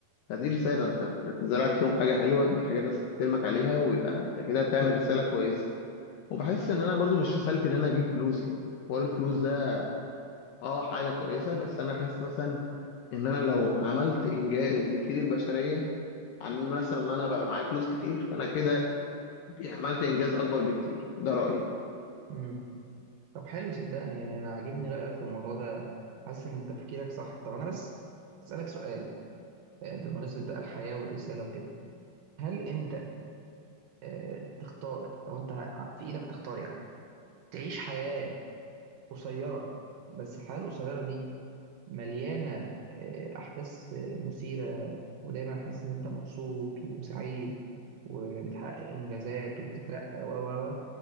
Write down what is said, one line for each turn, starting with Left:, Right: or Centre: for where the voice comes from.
Left: فدي رسالة أنت زرعت فيهم حاجة حلوة دي حاجة الناس تحترمك عليها ويبقى أنت كده بتعمل رسالة كويسة وبحس إن أنا برضو مش رسالتي إن أنا أجيب فلوس يعني حوار الفلوس ده أه حاجة كويسة بس أنا حاسس مثلا إن أنا لو عملت إنجاز يفيد البشرية عن مثلا ان انا بقى معايا فلوس كتير فانا كده عملت انجاز اكبر بكتير ده رايي
Right: امم طب حلو صدقني يعني انا عاجبني رايك في الموضوع ده حاسس ان تفكيرك صح طب انا بس اسالك سؤال آه، بمناسبه بقى الحياه والرساله وكده هل انت آه، تختار لو انت ع- في ايدك تختار يعني تعيش حياه قصيره بس الحياه القصيره دي مليانه آه، احداث آه، مثيره ودايما حاسس ان انت مبسوط وسعيد وبتحقق انجازات وبتترقى و و و